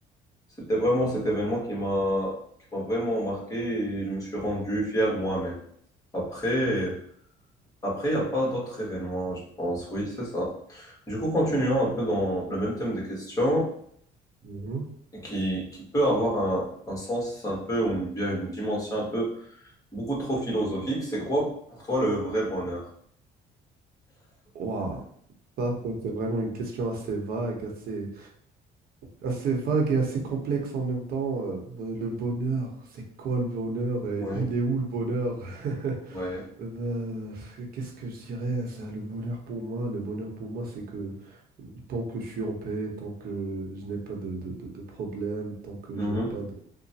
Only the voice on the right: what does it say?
Mhm.
Ouah, ça, ça, c'est vraiment une question assez vague, assez, assez vague et assez complexe en même temps. Euh, euh, le bonheur, c'est quoi le bonheur et
il est où le bonheur? <laughs>
Euh, ben, qu'est-ce que je dirais, ça, le bonheur pour moi? Le bonheur pour moi, c'est que euh, tant que je suis en paix, tant que je n'ai pas de, de, de, de problème, tant que
je n'ai pas de,